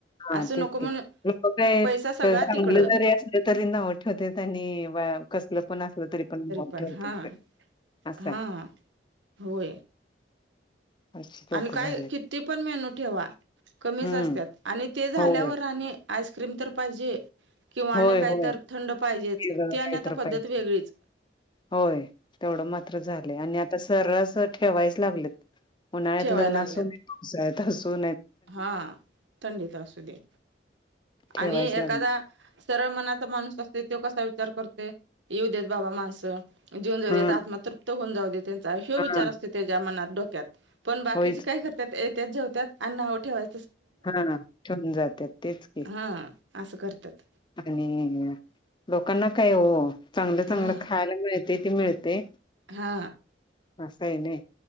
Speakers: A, on the left (about 25°); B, on the right (about 90°).
A: हा
B: असं
A: तेच
B: नको म्हणून
A: क लक काय
B: पैसा सगळा
A: चांगलं
B: तिकडं
A: जरी असलं तरी नाठवते आणि कसल पण असलं तरी पण
B: पण
A: ठेवतात
B: हा
A: असं
B: हा
A: आहे
B: होय.
A: अशी लोक
B: आणि काय
A: झालेत
B: किती पण मेनू ठेवा कमीच
A: हम्म
B: असतात आणि ते झाल्यावर
A: होय
B: आणि आईस्क्रीम तर पाहिजे किंवा
A: होय
B: आणि काहीत
A: होय
B: थंड पाहिजेच
A: वेगळं
B: ती आणि
A: काहीतर
B: आता पद्धत
A: पाहिजे
B: वेगळीच
A: होय तेवढं मात्र झालय आणि आता सरस ठेवायच. न्हाळ्यात
B: ठेवायला
A: लग्
B: लागल्यात
A: अस नाय पावळ्यात आसो
B: हा थंडीत असू दे
A: ठेवायच
B: आणि
A: लागले
B: एखादा सरळ मनाचा माणूस असते तो कसा विचार कररतोय येऊ देत बाबा माणसं जेऊन जाऊ
A: हा
B: त आत्माा तृप्त जाऊ दे त्यांचा हो
A: हा
B: विचार
A: हा
B: असतो त्याच्या मनात डोक्यात पण बाकीचे
A: होयच
B: काय करतात येत्याच जेवत्यात अ्व ठेवाय
A: हा ठेवून जातात तेच के
B: हा असं करतात
A: आणि लोकांना काय हो चांगलं चांगलं
B: हा
A: खायला मिळतय ते मिळतय
B: हा
A: आस हय नाय